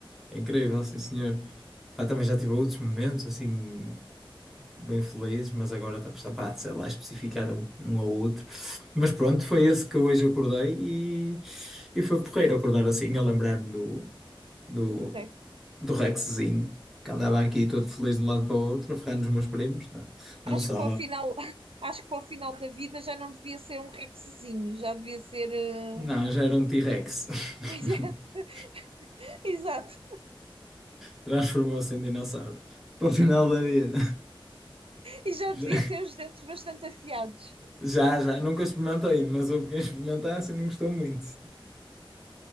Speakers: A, in the centre; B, on the right.
A: Incrível, sim senhor. Pá, também já tive outros momentos assim bem felizes, mas agora está está, pá, sei lá, especificar um, um ou outro. Mas pronto, foi esse que hoje acordei e, e foi porreiro acordar assim, a lembrar-me do, do,
B: do Rex.
A: do Rexzinho, que andava aqui todo feliz de um lado para o outro, a ferrar nos meus primos. Não, não
B: Acho
A: só.
B: que para o final, <laughs> acho que para o final da vida já não devia ser um Rexzinho, já devia ser. eh,
A: Não, já era um T-Rex.
B: <laughs>
A: <laughs>
B: Exato,
A: Transformou-se em dinossauro. Para o final da vida.
B: e já
A: Já,
B: devia ter os dentes bastante afiados.
A: já, já. Nunca experimentei, mas houve quem experimentasse e não gostou muito.